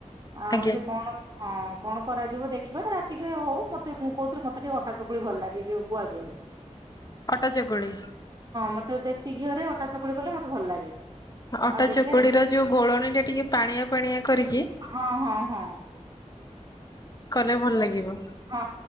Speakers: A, on the right; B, on the left.
A: ଆଉ
B: ଆଜ୍ଞା
A: ସେ କଣ ହଁ କଣ କରାଯିବ ଦେ ରାତିକେ ହଉ ମତେ ମୁଁ କହୁଥିଲି ମତେ ଟିକେ ଅଟା ଚକୁଳି ଭଲ ଲାଗେ ଗୁଆଘିଅରେ
B: ଅଟା ଚକୁଳି।
A: ମତେ ଦେଶୀ ଘିଅରେ ଅଟା ଚକୁଳି କଲେ ମତେ ଭଲ ଲାଗେ।
B: ଅଟା
A: ଆଉ ଦେଖିବା
B: ଚକୁଡିର
A: ଯଦି
B: ଯୋଉ ଗୋଳଣିଟା ଟିକେ ପାଣିଆ ପାଣିଆ କରିକି
A: ହଁ ହଁ ହଁ।
B: କଲେ ଭଲ ଲାଗିବ।
A: ହଁ